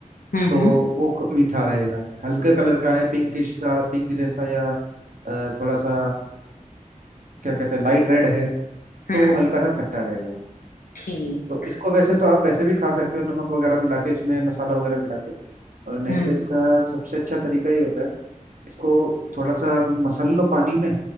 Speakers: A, on the left; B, on the right.
A: हम्म
B: तो वो क- मीठा रहेगा हल्के कलर का है पिंकिश सा पिंक जैसा या अ, थोड़ा सा क्या कहते हैं लाइट रेड है
A: हम्म
B: तो वो हल्का सा खट्टा रहेगा
A: ठीक
B: तो इसको वैसे तो आप वैसे भी खा सकते हो नमक वगैरह मिला के इसमें मसाला वगैरह मिला के और नहीं
A: हम्म
B: तो इसका सबसे अच्छा तरीका ये होता है इसको थोड़ा सा मसल लो पानी में